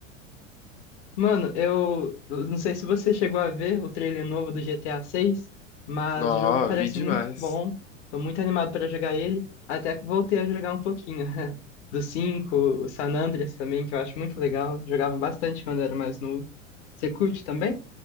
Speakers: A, on the left; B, on the left.
A: Mano, eu, eu não sei se você chegou a ver o trailer novo do GTA 6, mas
B: Nó,
A: o jogo parece
B: vi demais.
A: muito bom. Tô muito animado para jogar ele. Até que voltei a jogar um pouquinho <laughs> do 5, o San Andreas também, que eu acho muito legal. Jogava bastante quando era mais novo. Você curte também?